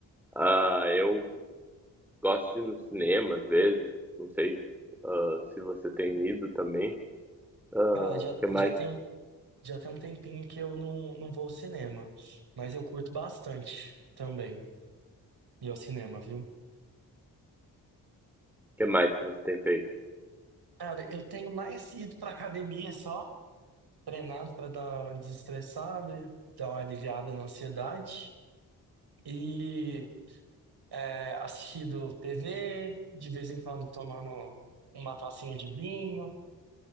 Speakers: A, in the centre; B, on the right.
A: Ah, eu gosto de ir no cinema às vezes, não sei, ah, se você tem ido também. Ah,
B: Cara, já,
A: o que mais?
B: já tem, um- já tem um tempinho que eu não, não vou ao cinema, mas eu curto bastante também ir ao cinema, viu?
A: que mais que você tem feito?
B: Cara, eu tenho mais ido pra academia só. treinado para dar uma desestressada, dar uma aliviada na ansiedade e é, assistido TV, de vez em quando tomando uma tacinha de vinho